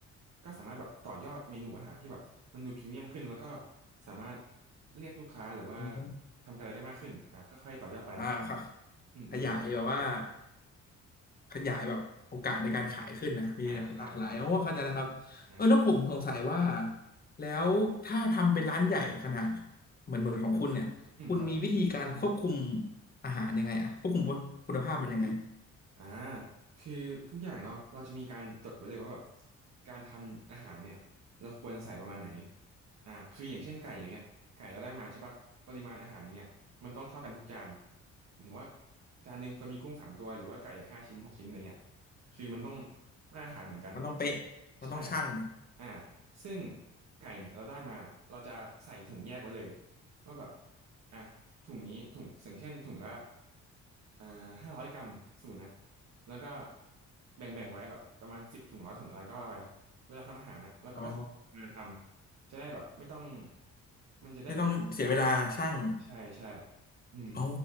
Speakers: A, on the right (about 60°); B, on the left (about 30°).
A: ก็สามารถแบบต่อยอดเมนูอาหารที่แบบมันดูพรีเมียมขึ้นแล้วก็สามารถเรียกลูกค้าหรือว่า
B: อ๋อ
A: ทำอะไรได้มากขึ้นอ่าค่อยๆต่อยอดไป
B: อ่าครับ
A: อืมอืม
B: ขยายแบบว่า ขยายแบบโอกาสในการขายขึ้นนะมีหลากหลายโอ้เข้าใจแล้วครับเออแล้วผมสงสัยว่า
A: อ่าใช่ใช่อ่า
B: แล้วถ้าทำเป็นร้านใหญ่ขนาดเหมือนเหมือนของคุณเนี่ยคุณมีวิธีการควบคุม
A: อืมครับ
B: อาหารยังไงอะควบคุมคุณภาพมันยังไง
A: อ่าคือทุกอย่างเนาะเราจะมีการจดไว้เลยว่าแบบการทำอาหารเนี่ยเราควรใส่ประมาณไหนอ่าคืออย่างเช่นไก่อย่างเงี้ยไก่เราได้มาใช่ปะปริมาณอาหารอย่างเงี้ยมันต้องเท่ากันทุกจานหมายถึงว่าจานหนึ่งควรมีกุ้งสามตัวหรือว่าไก่ห้าชิ้นหกชิ้นอะไรเงี้ยคือมันต้องมาตรฐานเหมือนกัน
B: มันต้องเป๊ะมันต้องชั่ง
A: ใช่อ่าซึ่งไก่เนี่ยเราได้มาเราจะใส่ถุงแยกไว้เลยว่าแบบอ่ะถุงนี้ถุงอย่างเช่นถุงละอ่าห้าร้อยกรัมสมมตินะ แล้วก็แบ่งแบ่งไว้แบบประมาณสิบถุงร้อยถุงอะไรก็ว่าไป เวลาทำอาหารอ่ะแล้วก็เอาถุงมาทำจะได้แบบไม่ต้อง
B: อ๋อ
A: มันจะได้เป็นการกะ
B: ไม่ต้องเสียเวลาชั่ง
A: ใช่ใช่อืม
B: อ๋อ